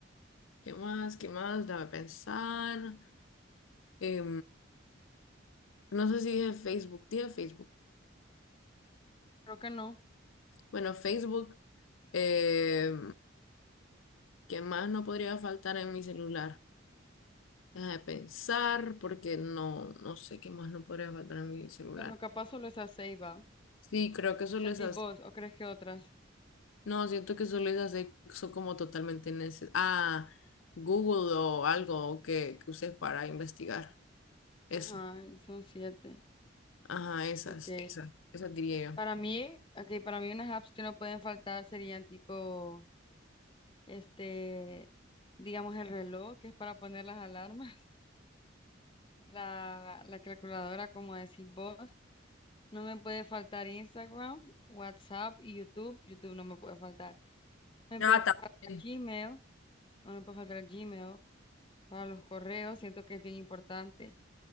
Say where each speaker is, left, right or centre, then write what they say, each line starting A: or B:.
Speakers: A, on the left; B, on the left.
A: ¿qué más? ¿Qué más? Déjame pensar. Eh, No sé si dije Facebook, dije Facebook.
B: Creo que no.
A: Bueno, Facebook, eh, ¿qué más no podría faltar en mi celular? Deja de pensar porque no, no sé qué más no podría faltar en mi celular.
B: Bueno, capaz solo esa seis va.
A: Sí, creo que solo
B: ¿Sentís
A: esas,
B: vos o crees que otras?
A: no, siento que solo esas de- son como totalmente necesarias. Ah, Google o algo que, que uses para investigar. Eso,
B: Ajá, son siete.
A: ajá, esas,
B: Ok.
A: esas, esas diría
B: Para
A: yo.
B: mí, ok, para mí unas apps que no pueden faltar serían tipo, este, digamos el reloj, que es para poner las alarmas, <laughs> la, la calculadora, como decís vos. No me puede faltar Instagram, WhatsApp y YouTube. YouTube no me puede faltar. Me
A: Ah,
B: puede faltar
A: también.
B: Gmail,
A: <laughs>
B: o no me puede faltar Gmail para los correos. Siento que es bien importante.